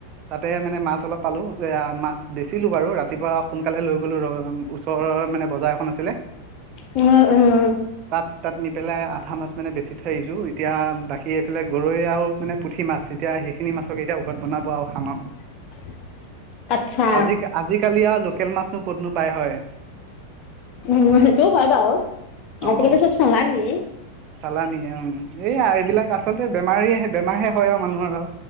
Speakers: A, on the right (about 40°); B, on the left (about 35°).
A: তাতে মানে মাছ অলপ পালো, এইয়া মাছ বেচিলো বাৰু, ৰাতিপুৱা সোনকালে লৈ গ'লো, ৰ ওচৰৰ মানে বজাৰ এখন আছিলে
B: উ উ
A: তাত তাত নি পেলাই পুঠা মাছ, মানে বেছি থৈ সজোঁ এতিয়া বাকী এইফালে গৰৈ, আৰু মানে পুঠি, মাছ এতিয়া মাছৰকেইটা ঘৰত বনাব আৰু খাম আৰু।
B: <inaudible> আচ্ছা
A: আজি আজিকালি আৰু লোকেল মাছনো ক'তনো পাই হয়?
B: উ সেইটো হয় বাৰু ও
A: অঁ
B: আজি-কালি চব চালানি।
A: চালানি উ এইয়া এইবিলাক আচলতে বেমাৰে বেমাৰহে হয় আৰু মানুহৰ আৰু।